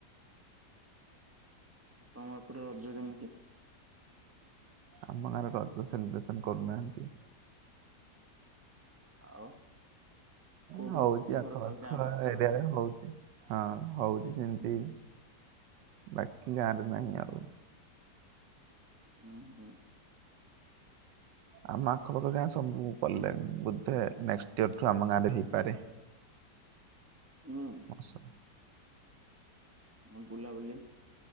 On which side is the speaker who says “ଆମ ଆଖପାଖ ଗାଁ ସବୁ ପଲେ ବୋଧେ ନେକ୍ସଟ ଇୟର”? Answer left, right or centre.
Right